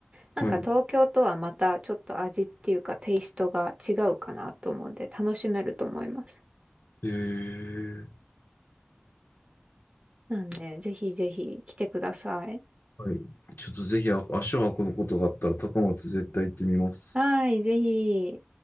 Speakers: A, on the right; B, on the left.
A: なんか東京とはまたちょっと味っていうかテイストが違うかなと思うんで、
B: はい。
A: 楽しめると思います。
B: えー、
A: なんで、ぜひぜひ来てください。
B: はいえーはいちょっとぜひあ足を運ぶことがあったら高松絶対行ってみます。
A: はい、ぜひ。